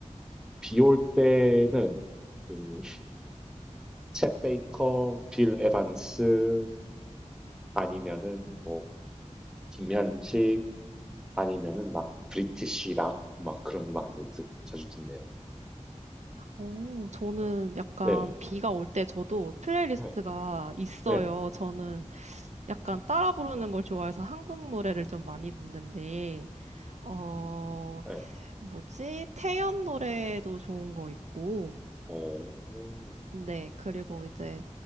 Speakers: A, in the centre; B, on the right.
A: 비올 때는 그, <laughs> 챗 베이커, 빌 에반스, 아니면은 뭐, 김현식, 아니면은 막, 브리티시 락, 막 그런 음악들 듣, 자주 듣네요.
B: 오, 저는
A: 네.
B: 약간
A: 네네.
B: 비가 올 때 저도 플레이리스트가
A: 네.
B: 있어요.
A: 네네.
B: 저는
A: 음,
B: 약간 따라 부르는 걸 좋아해서 한국 노래를 좀 많이 듣는데, 어,
A: 네.
B: 뭐지? 태연 노래도 좋은 거 있고.
A: 어,
B: 네, 그리고
A: 네.
B: 이제,